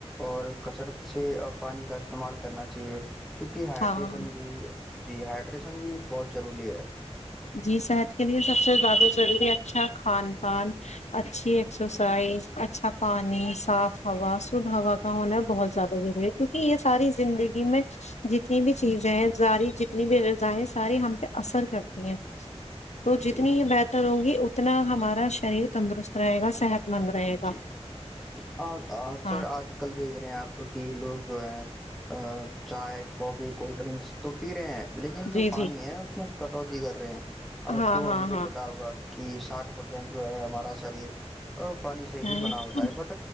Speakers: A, in the centre; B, on the left.
A: اور کثرت سے پانی کا استعمال کرنا چاہیے کیونکہ ہائڈریشن
B: ہاں
A: بھی جی ہائڈریشن بھی بہت ضروری ہے
B: جی صحت کے لیے سب سے زیادہ ضروری اچھا کھان ال اچھی ایکسرسائز اچھا پانی صاف ہوا سدھ ہوا کا ہونا بہت زیادہ ضروری ہے کیوںکہ یہ ساری زندگی میں جتنی بھی چیزیں ہیں ساری جتنی بھی غذایں ساری ہم پہ اثر کرتی ہیں س تو جتنی
A: جی
B: ہی
A: جی
B: بہتر ہوں گی ا اتنا ہمارا شریر تندرست رہے گا صحت مند رہے گا
A: جی اکثر
B: ہاں
A: آج کل دیکھ رہے ہیں آپ کہ لوگ جو ہیں ا چائے کافی کولڈ ڈرنکس تو پی رہے ہیں لیکن جو
B: جی
A: پانی
B: جی
A: ہے اس میں کٹوتی کر رہے ہیں آپ
B: ہاں
A: کو
B: ہاں
A: ہم کو
B: ہاں
A: بتا ہوگا کہ ساٹھ پرسینٹ جو ہے ہمارا <unintelligible> پانی
B: جی
A: سے ہی بنا ہوتا ہے بٹ